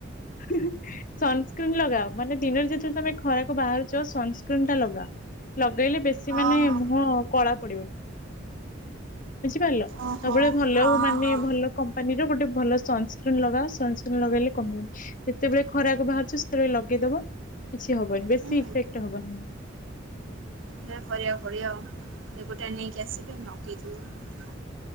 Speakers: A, on the left; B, on the right.
A: ହୁଁ ହୁଁ। ସନସ୍କ୍ରିନ୍ ଲଗାଅ ମାନେ ଦିନରେ ଯେତେବେଳେ ତମେ ଖରାକୁ ବାହାରୁଛ ସନ୍ସ୍କ୍ରିନ ଟା ଲଗାଅ। ଲଗେଇଲେ ବେଶୀ ମାନେ
B: ଓହୋ
A: ମୁହଁ କଳା ପଡିବନି। ବୁଝିପାରିଲ
B: ଓହୋ
A: ସବୁବେଳେ ଭଲ
B: ହଁ
A: ମାନେ
B: ହଁ
A: ଭଲ କମ୍ପାନୀ ର ଗୋଟେ ଭଲ ସନ୍ସ୍କ୍ରିିନ ଲଗା ସନ୍ସ୍କ୍ରିିନ ଲଗେଇଲେ କମନି ଯେତେବେଳେ ଖରାକୁ ବାହାରୁଛ ସ ଯେତେବେଳେ ଲଗେଇଦବ କିଛି ହବନି ବେଶୀ
B: ହୁଁ।
A: ଇଫେକ୍ଟ ହବନି।
B: ଏରା କରିବାକୁ ପଡିବ ଆଉ ଗୋଟାଏ ନେଇକି ଆସିବି ନଗେଇଥିବି